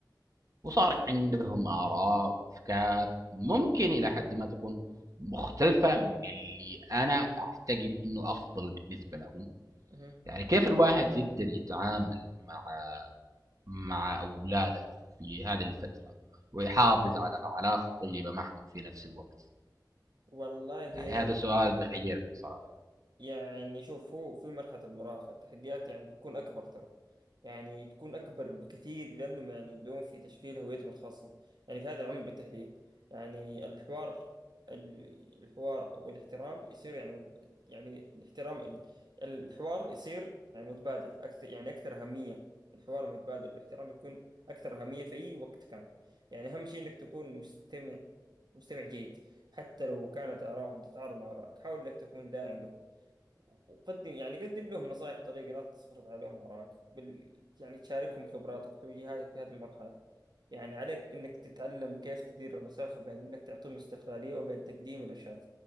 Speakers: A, on the right; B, on the right.
A: وصار
B: اوكي
A: عندهم آراء وأفكار ممكن إلى حد ما تكون مختلفة من اللي أنا أعتقد إنه أفضل بالنسبة لهم
B: مهم.
A: يعني كيف الواحد يقدر يتعامل مع مع اولاده في هذه الفتره ويحافظ على علاقه طيبه معهم في نفس الوقت
B: والله
A: يعني
B: يا
A: هذا
B: محمد
A: سؤال بيحيرني صراحه
B: يعني شوف هو في مرحلة المراهقة التحديات يعني بتكون أكبر ترى يعني تكون أكبر بكثير لأنهم يعني يبدون في تشكيل هويتهم الخاصة يعني في هذا العمر بالتحديد يعني الحوار ال- الحوار والاحترام يصير يعني مت- يعني الاحترام ال- الحوار يصير يعني متبادل أكثر يعني أكثر أهمية الحوار متبادل والاحترام يكون أكثر أهمية في أي وقت كان يعني أهم شيء إنك تكون مستمع مستمع جيد حتى لو كانت آراهم تتعارض مع آرائك حاول إنك تكون داعم لهم وقدم يعني قدم لهم نصائح بطريقة لا تفرض عليهم آرائك بال... يعني تشاركهم خبراتك وتوجيهاتك في هذه المرحلة يعني عليك إنك تتعلم كيف تدير المسافة بين إنك تعطيهم استقلالية وبين تقديم الإرشاد